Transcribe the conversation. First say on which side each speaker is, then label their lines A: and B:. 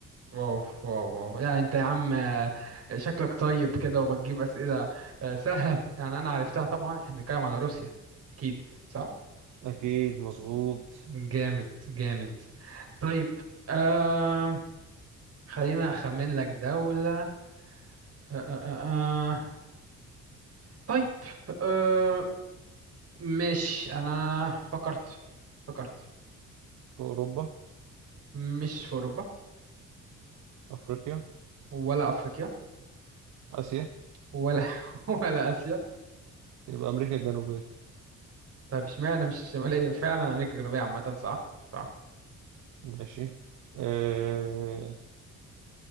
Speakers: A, on the right; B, on the right.
A: واو واو واو لا انت يا عم آه، شكلك طيب كده وبتجيب اسئله آه، سهله يعني انا عرفتها طبعا احنا بنتكلم على روسيا اكيد صح
B: أكيد مظبوط
A: جامد جامد طيب آم، خلينا اخمن لك دوله أه أه أه. آه. طيب أه ماشي أنا فكرت فكرت
B: في أوروبا
A: مش في أوروبا
B: أفريقيا
A: ولا أفريقيا
B: آسيا
A: ولا <laughs> ولا آسيا
B: يبقى أمريكا الجنوبية
A: طيب اشمعنى مش الشمالية فعلا أمريكا الجنوبية عامة صح صح
B: ماشي آه